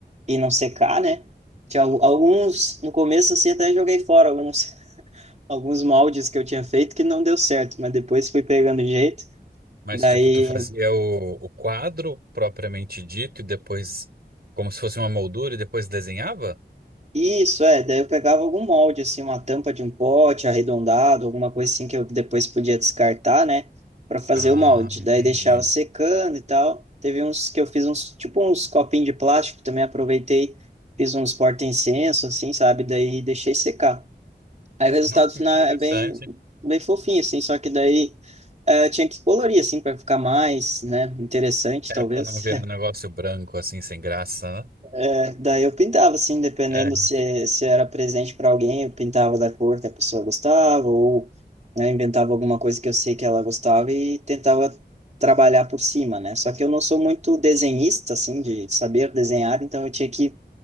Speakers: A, on the right (about 40°); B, on the right (about 60°).
A: e não secar, né? Tinha al- alguns, no começo assim, até joguei fora alguns, <laughs> alguns moldes que eu tinha feito que não deu certo, mas depois fui pegando jeito.
B: Mas,
A: Daí,
B: tipo, tu fazia o, o quadro propriamente dito e depois, como se fosse uma moldura e depois desenhava?
A: isso é, daí eu pegava algum molde, assim, uma tampa de um pote arredondado, alguma coisa assim que eu depois podia descartar, né, para fazer
B: Ah,
A: o molde.
B: entendi.
A: Daí deixava secando e tal. Teve uns que eu fiz uns, tipo uns copinhos de plástico, também aproveitei, fiz uns porta-incenso, assim, sabe? Daí deixei secar. Aí o resultado
B: Não, que
A: final
B: interessante.
A: é bem, bem fofinho, assim, só que daí eh, eu tinha que colorir, assim, para ficar mais, né, interessante,
B: É
A: talvez.
B: pra não virar um negócio branco assim, sem graça, né?
A: <laughs> Daí eu pintava, assim, dependendo
B: É.
A: se, se era presente para alguém, eu pintava da cor que a pessoa gostava, ou né, inventava alguma coisa que eu sei que ela gostava e tentava trabalhar por cima, né? Só que eu não sou muito desenhista, assim, de saber desenhar, então eu tinha que